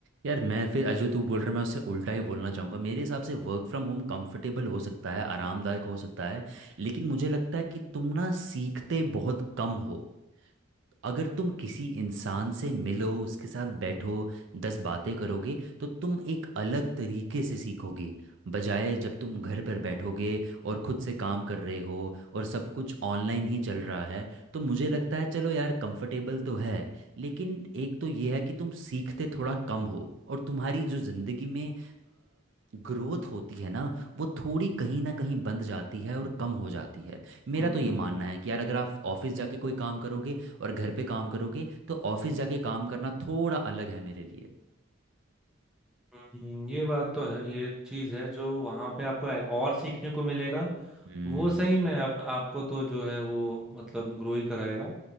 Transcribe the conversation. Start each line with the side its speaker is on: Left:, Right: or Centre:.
Right: यार मैं फिर जो तू बोल रहा है मैं उससे उल्टा ही बोलना चाहूँगा मेरे हिसाब से वर्क फ्रॉम होम कंफर्टेबल हो सकता है आरामदायक हो सकता है लेकिन मुझे लगता है कि तुम ना सीखते बहुत कम हो अगर तुम किसी इंसान से मिलो उसके साथ बैठो दस बातें करोगे तो तुम एक अलग तरीके से सीखोगे बजाय जब तुम घर पर बैठोगे और खुद से काम कर रहे हो और सब कुछ ऑनलाइन ही चल रहा है तो मुझे लगता है चलो यार कंफर्टेबल तो है लेकिन एक तो ये है कि तुम सीखते थोड़ा कम हो और तुम्हारी जो ज़िंदगी में ग्रोथ होती है ना वो थोड़ी कहीं ना कहीं बंद जाती है और कम हो जाती है मेरा
Centre: हम्म
Right: तो ये मानना है कि यार अगर आप ऑफिस जाके कोई काम करोगे और घर पे काम करोगे तो ऑफिस जाके काम करना थोड़ा अलग है मेरे लिए
Centre: हम्म, ये बात तो है ये चीज है जो वहां पे आपको और सीखने को मिलेगा
Right: हम्म
Centre: वो सही में आप आपको तो जो है वो मतलब ग्रो ही कराएगा